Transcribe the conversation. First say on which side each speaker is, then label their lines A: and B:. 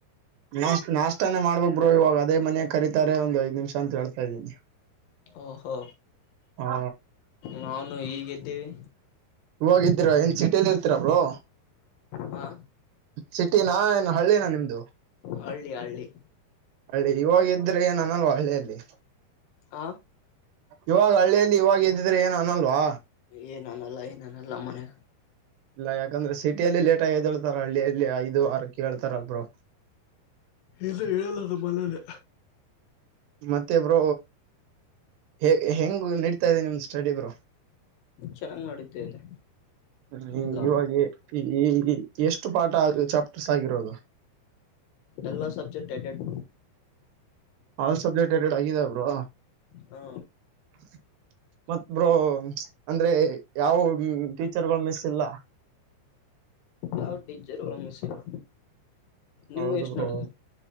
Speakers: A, on the right; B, on the left.
A: ನಾಷ್ಟ್ ನಾಷ್ಟಾನೇ ಮಾಡ್ಬೇಕ್ ಬ್ರೊ ಇವಾಗ ಅದೇ ಮನೆಗ್ ಕರಿತಾರೆ ಒಂದ್ ಐದ್ ನಿಮಿಷ ಅಂತ ಹೇಳ್ತಾ ಇದ್ದೀನಿ.
B: ಓಹೋ
A: ಹಾ
B: ನಾನೂ ಈಗೆದ್ದೀವಿ.
A: ಇವಾಗ ಎದ್ರಾ ಏನ್ ಸಿಟಿಲ್ಲಿ ಇರ್ತೀರ ಬ್ರೊ.
B: ಹಾ
A: ಸಿಟಿನಾ ಏನು ಹಳ್ಳಿನಾ ನಿಮ್ದು?
B: ಹಳ್ಳಿ ಹಳ್ಳಿ.
A: ಹಳ್ಳಿ ಇವಾಗ ಎದ್ರೆ ಏನ ಅನಲ್ವಾ ಹಳ್ಳಿಯಲ್ಲಿ.
B: ಹ
A: ಇವಾಗ ಹಳ್ಳಿಯಲ್ಲಿ ಇವಾಗ ಎದ್ದಿದ್ರೆ ಏನು ಅನಲ್ವಾ.
B: ಏನನಲ್ಲ ಏನನಲ್ಲ ಮನೆ
A: ಇಲ್ಲ ಯಾಕಂದ್ರೆ ಸಿಟಿಯಲ್ಲಿ ಲೇಟಾ ಎದೇಳ್ತಾರ ಹಳ್ಳಿಯಲ್ಲಿ ಐದು ಆರಕ್ಕೇ ಏಳ್ತಾರ ಬ್ರೊ.
B: ಏನು ಹೇಳಲ್ಲ ನಮ್ಮನೆಲಿ.
A: ಮತ್ತೆ ಬ್ರೊ. ಹೇಗ್ ಹೆಂಗ್ ನಡಿತಾ ಇದೆ ನಿಮ್ ಸ್ಟಡಿ ಬ್ರೊ.
B: ಚೆನ್ನಾಗಿ ನಡೀತಾ ಇದೆ
A: ನಿ
B: ಎಲ್ಲ
A: ಇವಾಗೆ. ಈ ಈ ಎಷ್ಟು ಪಾಠ ಆಗಿ ಚಾಪ್ಟರ್ಸ್ ಆಗಿರೋದು?
B: ಎಲ್ಲ ಸಬ್ಜೆಕ್ಟ್ ಎಡೆಡ್.
A: ಆಲ್ ಸಬ್ಜೆಕ್ಟ್ ಎರಡೆರಡ್ ಆಗಿದೆ ಬ್ರೊ.
B: ಹಾ
A: ಹ ಮತ್ ಬ್ರೊ ಅಂದ್ರೆ ಯಾವ ಟೀಚರ್ಗಳು ಮಿಸ್ ಇಲ್ಲ.
B: ಯಾವ ಟೀಚರು ಮಿಸ್ ಇಲ್ಲ. ನಿಮ್ಗೆ
A: ಹೌದು
B: ಎಷ್ಟು
A: ಬ್ರೋ.
B: ನಡೆದಿದೆ